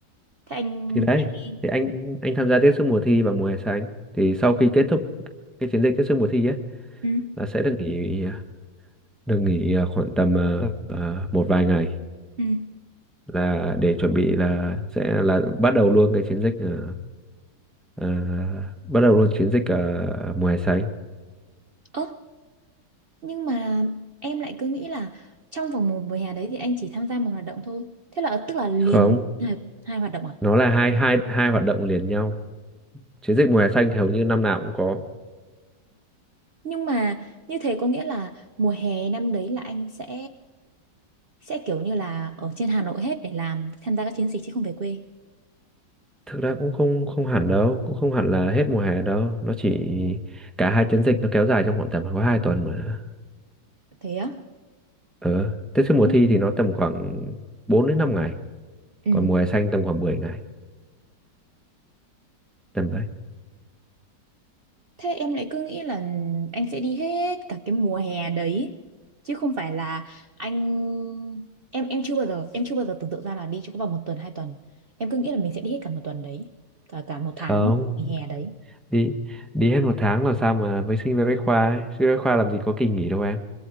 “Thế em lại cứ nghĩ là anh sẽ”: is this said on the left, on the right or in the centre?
Right